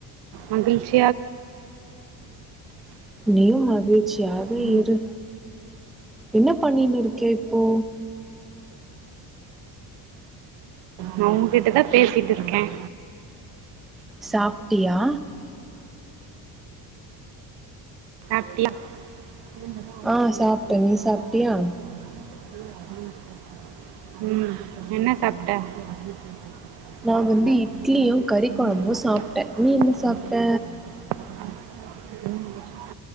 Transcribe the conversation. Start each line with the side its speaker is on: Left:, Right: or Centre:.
Right: மகிழ்ச்சி
Centre: நீயும் மகி மகிழ்ச்சியாக
Right: <unintelligible>
Centre: இரு என்ன பண்ணினு இருக்க இப்போ
Right: நான் உன்கிட்ட தான் பேசிட்டு இருக்கேன்
Centre: சாப்பிட்டியா
Right: சாப்புல்ல <unintelligible>
Centre: ஆ சாப்ட்டேன் நீ சாப்ட்டியா
Right: உம் என்ன சாப்ட <unintelligible> <unintelligible>
Centre: நா வந்து இட்லியு கறி கொழம்பு சாப்ட்டே நீ என்ன சாப்ட்ட